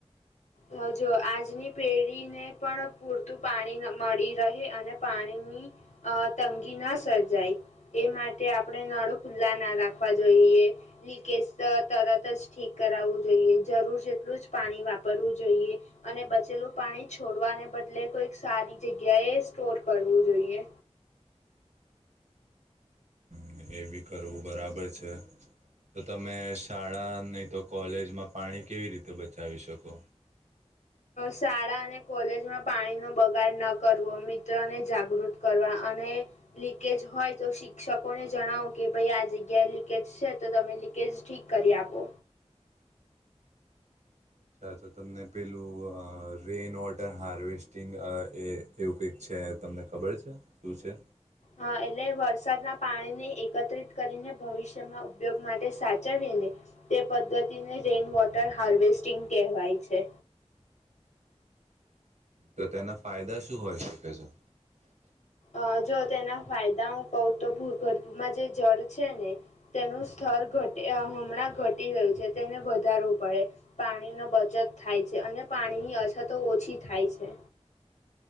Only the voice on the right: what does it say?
અને એવી કરવું બરાબર છે. તો તમે શાળા નહીં તો કોલેજમાં પાણી કેવી રીતે બચાવી શકો.
સા તો તમને પેલું રેઇન વોટર હાર્વેસ્ટિંગ એ એવું કંઈક છે તમને ખબર છે શું છે.
તો તેના ફાયદા શું હોઈ શકે છે?